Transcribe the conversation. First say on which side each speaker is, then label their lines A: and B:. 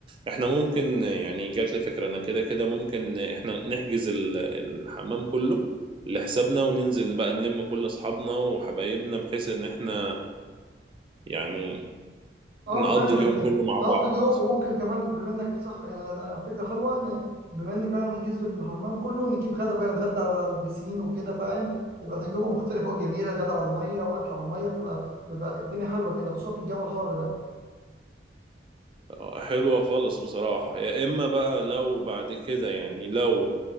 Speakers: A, on the right; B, on the right.
A: احنا ممكن يعني جات لي فكرة انا كده كده ممكن احنا نحجز ال- الحمام كله لحسابنا وننزل بقى نلم كل اصحابنا وحبايبنا بحيث ان احنا يعني
B: اه
A: نقضي
B: فهمتك
A: اليوم
B: فهمت
A: كله مع
B: نقضي
A: بعض
B: اليوم وممكن كمان بما انك صح يعني انا ده فكره حلوه ان بما ان كمان نحجز له الحمام كله نجيب غدا بقى نتغدى على البسين وكده فاهم تبقى تجربه مختلفه وجميله غدا على الميه واكل على الميه بتبقى بيبقى الدنيا حلوه كده خصوصا في الجو الحر ده
A: آه، حلوة خالص بصراحة يا اما بقى لو بعد كده يعني لو